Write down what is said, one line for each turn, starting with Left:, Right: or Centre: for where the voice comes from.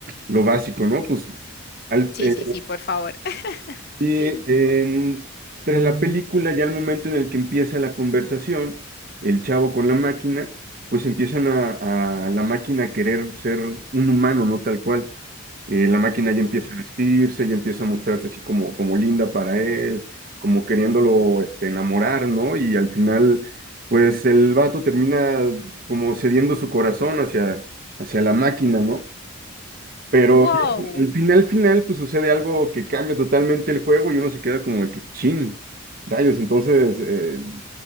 Right: lo básico, ¿no? Pues al-
Left: Sí,
Right: eh,
Left: sí, sí, por favor.
Right: Y
Left: <laughs>
Right: en- tras la película, ya al momento en el que empieza la conversación, el chavo con la máquina, pues empiezan a, a la máquina a querer ser un humano, no tal cual. Eh, la máquina ya empieza
Left: wow.
Right: a vestirse, ya empieza a mostrarse así como, como linda para él, como queriéndolo este, enamorar, ¿no? Y al final, pues el vato termina como cediendo su corazón hacia, hacia la máquina, ¿no? Pero
Left: Wow.
Right: ya al final, final, pues sucede algo que cambia totalmente el juego y uno se queda como de que chin, rayos. Entonces, eh,